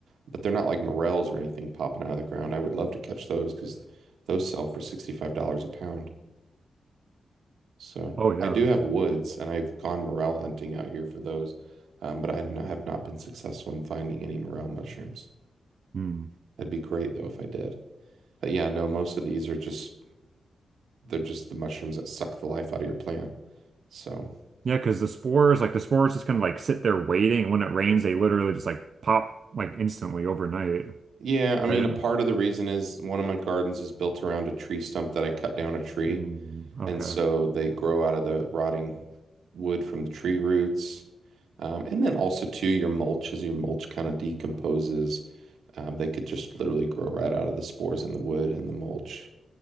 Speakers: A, on the right (about 85°); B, on the right (about 55°).
A: but they're not like morels or anything popping out of the ground. I would love to catch those because those sell for $65 a pound. So
B: Oh yeah.
A: I do have woods, and I've gone morel hunting out here for those, um, but I have not have not been successful in finding any morel mushrooms.
B: Hmm.
A: That'd be great though if I did. But yeah, no, most of these are just they're just the mushrooms that suck the life out of your plant. So
B: Yeah, because the spores, like the spores just kind of like sit there waiting, and when it rains, they literally just like pop like instantly overnight,
A: yeah, I mean,
B: right?
A: a part of the reason is one of my gardens is built around a tree stump that I cut down a tree.
B: Hmm. Okay.
A: And so they grow out of the rotting wood from the tree roots. Um, and then also too, your mulch, as your mulch kind of decomposes, um, they could just literally grow right out of the spores in the wood and the mulch.